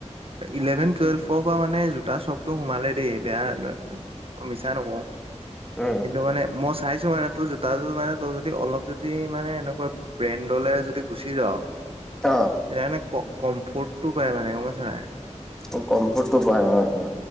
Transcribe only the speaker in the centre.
উম
<unintelligible>
অ কমফৰ্টটো পায় অ অ